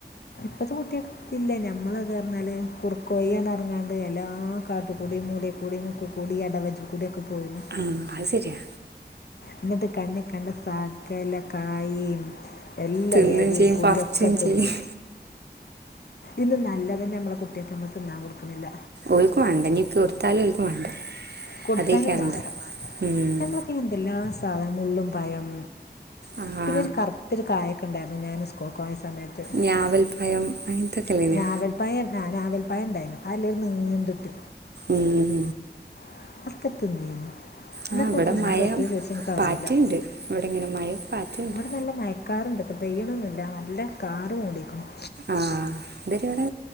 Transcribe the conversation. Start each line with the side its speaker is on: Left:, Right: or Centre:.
Left: ഇപ്പഴത്തെ കുട്ടിയ കത്തില്ല നഞമ്മളത് പറഞ്ഞാൽ കുറുക്കയ്യാന്ന ഇറങ്ങാണ്ട് എല്ലാ കാട്ടുകൂടി മൂല കൂടി മുക്ക കൂടിിയടവജ കൂടിയൊക്കെ പോയിരുന്നു
Right: ആഹ് അത് ശരിയാ
Left: എന്നിട്ട് കണ്ണി കണ്ട സകല കായ എല്ലാ
Right: തിന്നും
Left: എലിയും
Right: ചെയ്യും
Left: പുല്ലൊക്കെ
Right: പറിച്ചും
Left: തിന്നു
Right: ചെയ്യും
Left: ഇന്ന് നല്ലതന്നെ നമ്മളെ കുട്ടിയൊക്കെ നമ്മ തിന്നാൻ കൊടുക്കുന്നില്ല
Right: ഒക്കും വേണ്ട നീക്ക് കൊടുത്താലും ഒരിക്കും വേണ്ട
Left: കൊടുത്താലും
Right: അതേക്കാരണ്ട
Left: വേണ്ട
Right: ഉം
Left: നമ്മൾക്ക് എന്തെല്ലാ സാധനം മുള്ളും ഭയം
Right: ആ
Left: പിന്നെ ഒരു കറുത്തരു കായക്കുണ്ടായിരുന്നു ഞാന് സ്കൂൾ കോഞ്ഞ സമയത്ത്
Right: ഞാവൽപ്പഴം അങ്ങനത്തൊക്കെല്ലേനോ
Left: നാവൽപ്പായ ആ നാവൽപ്പായ ഉണ്ടായിു അല്ലരു നീണ്ടിട്ട്
Right: ഉം
Left: <unintelligible> എന്നൊക്കെ
Right: ആ ഇവിടെ
Left: തിന്നാൻ
Right: മഴ
Left: പറ്റുമ ചോദിച്ച എനിക്കറിയില്ല
Right: പാറ്റുണ്ട് ഇവിടെ ഇങ്ങനെ മഴ പാറ്റുണ്ട്
Left: ഇവിടെ നല്ല മയക്കാറണ്ട് വെണൊന്നുമില്ല നല്ല കാറും ഓടിക്കണം
Right: ആഹ ഇത്ര് അവിടെ